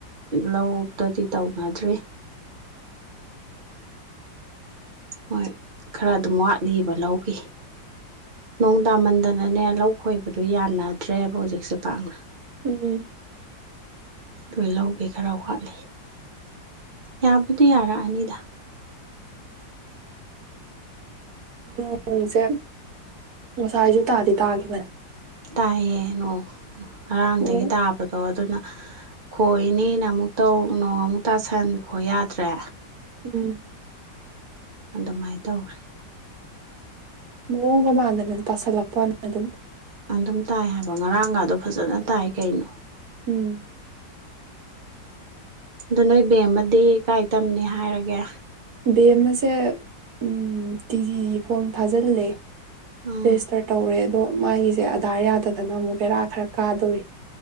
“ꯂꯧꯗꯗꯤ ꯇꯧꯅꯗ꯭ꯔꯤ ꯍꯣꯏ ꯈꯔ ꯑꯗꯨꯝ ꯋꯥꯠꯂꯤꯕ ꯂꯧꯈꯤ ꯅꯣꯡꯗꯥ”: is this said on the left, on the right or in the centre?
Right